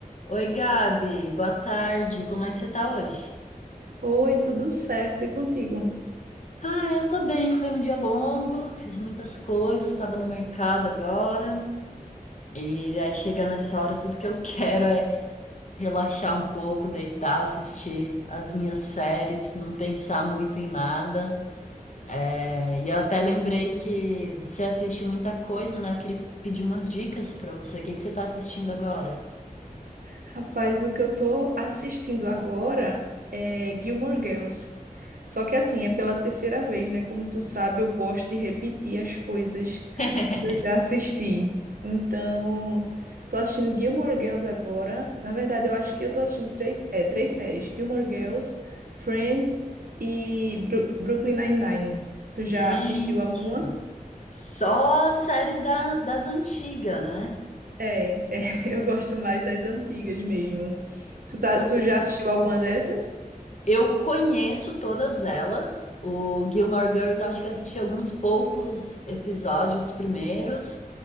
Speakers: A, on the left; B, on the right.
A: Oi, Gabi, boa tarde. Como é que você tá hoje?
B: Oi, tudo certo? E contigo?
A: Ah, eu tô bem. Foi um dia longo, fiz muitas coisas, tava no mercado agora. E aí chega nessa hora, tudo que eu <laughs> quero é relaxar um pouco, deitar, assistir as minhas séries, não pensar muito em nada. É, E eu até lembrei que você assiste muita coisa, né? Eu queria pedir umas dicas pra você. O que que você tá assistindo agora?
B: Rapaz, o que eu tô assistindo agora é Gilmore Girls. Só que assim, é pela terceira vez, né? Como tu sabe, eu gosto de repetir as coisas
A: <laughs>
B: que eu já assisti. Então, tô assistindo Gilmore Girls agora. Na verdade, eu acho que eu tô assistindo três, é, três séries: Gilmore Girls, Friends e Bru- Brooklyn Nine-Nine. Tu já
A: Gente.
B: assistiu alguma?
A: Só as séries da, das antigas, né?
B: É, é, <laughs> eu gosto mais das antigas mesmo. Tu, tá,
A: O-
B: tu já assistiu alguma dessas?
A: eu conheço todas elas. O Gilmore Girls, eu acho que assisti alguns poucos episódios primeiros.